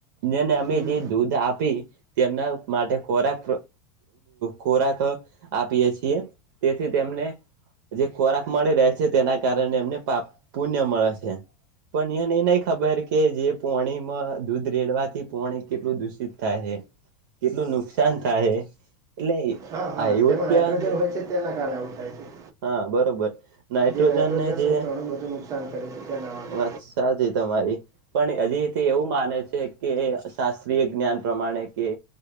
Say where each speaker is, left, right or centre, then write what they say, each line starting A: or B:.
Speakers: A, on the right; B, on the right.
A: જેને અમે
B: હમ.
A: જે દૂધ આપી. તેમના માટે ખોરાક ખોરાક આપીએ છીએ, તેથી તેમને જે ખોરાક મળી રહે છે, તેના કારણે એમને પાપ પુણ્ય મળે છે. પણ એને એ નહીં ખબર કે જે પોણીમાં દૂધ રેડવાથી પોણી કેટલું દૂષિત થાય છે. કેટલું નુકસાન થાય એટલે.
B: હા હા
A: આ એવું
B: તેમાં
A: જ ક્યાં
B: નાઇટ્રોજન હોય છે, તેના કારણે આવું થાય છે.
A: હા બરોબર નાઈટ્રોજન
B: જે નાઇટ્રોજનનું
A: ને જે
B: ઘણું બધું નુકસાન કરે છે તેના માટે
A: વાત સાથે તમારી પણ હજી તે એવું માને છે, કે શાસ્ત્રીય જ્ઞાન પ્રમાણે કે